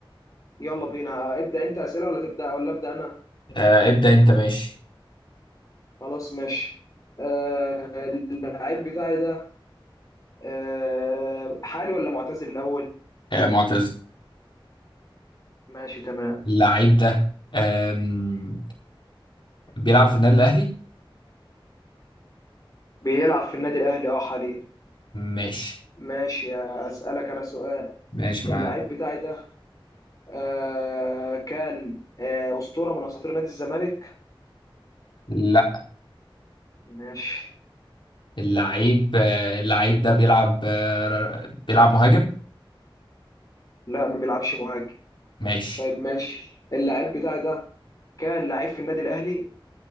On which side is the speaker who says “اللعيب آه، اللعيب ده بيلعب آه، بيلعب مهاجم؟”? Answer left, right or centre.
Left